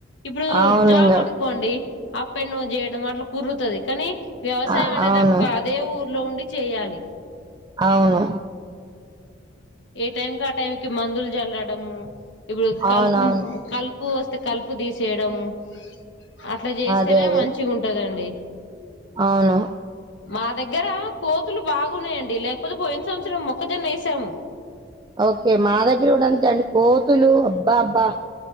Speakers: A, on the left; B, on the right.
A: ఇప్పుడు
B: అవును
A: జాబ్
B: ఇంగ
A: అనుకోండి అప్పెన్డవన్ చేయడం అట్లా కురుతుంది కానీ వ్యవసాయం
B: ఆ
A: అనేది
B: అవును
A: అక్క అదే ఊరు లో ఉండి చేయాలి
B: అవును
A: ఏ టైంకి ఆ టైం కి మందులు జల్డము ఇప్పుడు కలుపు
B: అవునవును
A: కలుపు ఉ ప వస్తే కలుపు తీసేయడము అట్లా చేస్తేనే
B: అదే అదే
A: మంచిగా ఉంటదండి
B: అవును
A: మా దగ్గర కోతులు బాగున్నాయండి లేకపోతే పోయిన సంవత్సరం మొక్కజొన్న వేసాము
B: ఓకే మా దగ్గర కూడా అంతే అండి కోతులు అబ్బా అబ్బా